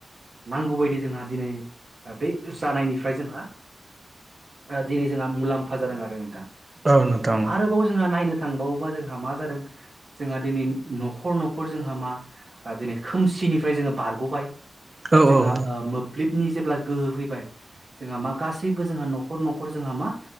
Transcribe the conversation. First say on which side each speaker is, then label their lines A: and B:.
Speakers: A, on the right; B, on the right.
A: नांगौ बायदि जोंहा दिनै बे जानायनिफ्राय जोंहा दिनै जोंहा मुलाम्फा जादों आरो नोंथां
B: औ नोंथां
A: आरोबाव जोंहा नायनो थांबावोबा जोंहा मा जादों जोंहा दिनै न'खर न'खर जोंहा मा दिनै खोमसि निफ्राय जोङो बारग'बाय
B: औ
A: जोंहा
B: औ
A: ओ मोब्लिब नि जेब्ला गोहो फैबाय जोंहा मा गासैबो जोंहा न'खर न'खर जोंहा मा